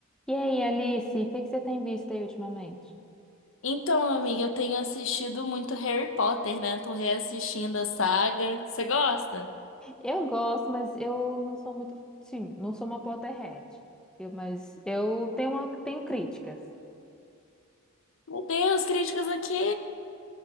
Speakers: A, in the centre; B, on the left.
A: E aí, Alice, o que que você tem visto aí ultimamente?
B: Então, amiga, eu tenho assistido muito Harry Potter, né? Tô reassistindo a saga. Você gosta?
A: Eu gosto, mas eu não sou muito, sim, não sou uma Potterhead. Eu, mas eu tenho uma, tenho críticas.
B: Meu Deus, críticas aqui.